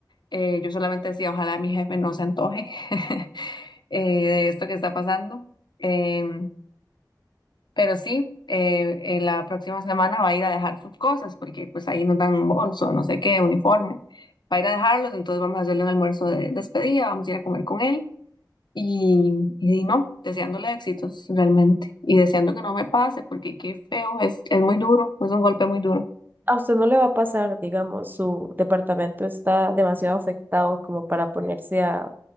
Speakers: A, on the left (about 80°); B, on the right (about 25°).
A: Eh, yo solamente decía, ojalá mi jefe no se antoje <laughs> eh, de esto que está pasando. Em, pero sí, eh, eh, la próxima semana va a ir a dejar sus cosas, porque pues ahí nos dan un bolso, no sé qué, uniforme. Va a ir a dejarlos, entonces vamos a hacerle un almuerzo de despedida, vamos a ir a comer con él. Y, y no, deseándole éxitos realmente. Y deseando que no me pase, porque qué feo, es, es muy duro, es un golpe muy duro.
B: A usted no le va a pasar, digamos, su departamento está demasiado afectado como para ponerse a,